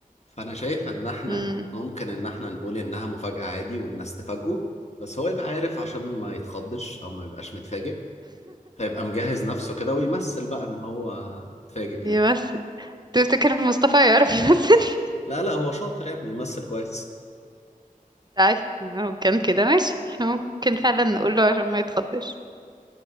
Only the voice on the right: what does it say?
امم
يمثل تفتكر مصطفى يعرف يمثل
<laughs> طيب لو كان كده ماشي احنا ممكن فعلا نقول له عشان ما يتخضش